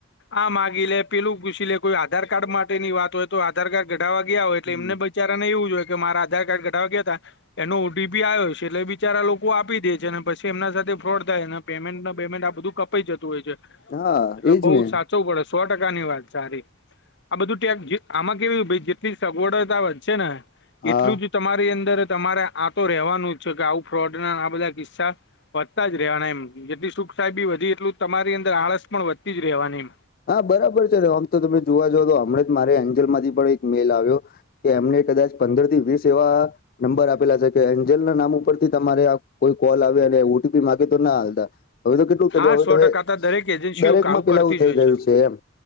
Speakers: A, on the left (about 65°); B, on the left (about 45°).
A: આ માગી લે પેલું પૂછી લે કોઈ આધાર કાર્ડ માટે ની વાત હોય તો આધાર કાર્ડ કઢાવવા ગયા હો એટલે
B: હમ.
A: એમને બ ચારા ને એવું જોય કે મારા આધાર કાર્ડ કઢાવવા ટ ગયા હતા એનો ઓટીપી આવ્યો છે એટલે બી ચારા લોકો આપી દે છે ને પછી એમના સાથે ફ્રોડ થાય ને પેમેન્ટ પમેન્ટ આ બધું કપાઈ જતું હોય છે.
B: હા
A: એટલે
B: એજ
A: બઉુ
B: ને
A: સા ચવું પડે સો ટકાની વાત સારી આ બધું ટેક જે આમાં કેવી જેટલી સગવડતા વઘ શે ને છે ને એટલું
B: હા
A: જ તમારી અંદર તમારે આ તો રેવાનું જ છે કે આવું ફ્રોડ ના આ બધા કિસ્સા વધતા જ રહેવાના એમ જેથી સુુખ સાહેબી વધી એટલું તમારી અંદર આળસ પણ વધતી જ રહેવાની
B: હા બરાબર છે ને આમ તો તમે જોવા જાવ તો હમણાં જ મારે એન્જલ માંથી પણ એક મેલ આવ્યો કે એમને કદાચ પંદર થી વીસ એવા નંબર આપેલા છે કે એન્જલના નામ ઉપરથી તમારે આ કોઈ કોલ આવે અને ઓટીપી માંગે તો ના આલતા. હવે તો કેટલું કજો
A: હા સો
B: હવે
A: ટકા તો દરેક એજન્સીઓ
B: દરેકમાં
A: આવું
B: પેલાવું
A: કરતી
B: થઈ
A: જ હોય
B: ગયું છે એમ.